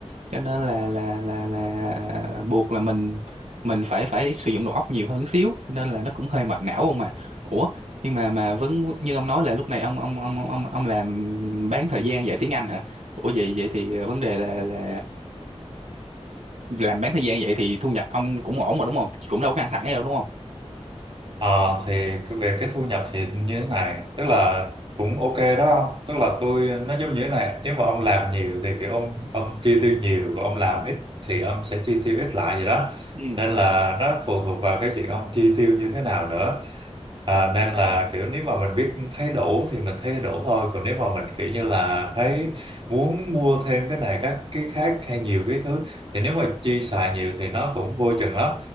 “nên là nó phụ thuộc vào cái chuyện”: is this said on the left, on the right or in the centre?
Right